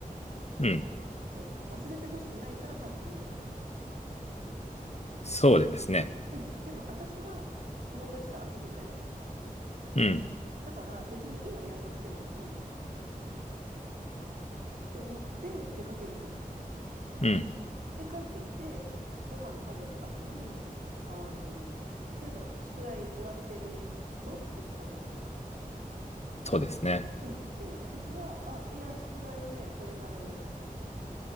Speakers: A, on the left; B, on the right.
A: うん。
B: ん。ね。忘れてほしくないから多分言うんだよね。
A: そうですね。
B: でも、うん。でも私は友達と遊びたいわけ。
A: うん、
B: だから別に今やんなくてもいいって思って出かけるじゃん。
A: うん、
B: で、帰ってきて、ご飯食べた後に、あの、そういえば、宿題終わってるのって聞かれるじゃん。
A: そうですね。
B: うん。で、私は、あ、いや、宿題はね、これからやる、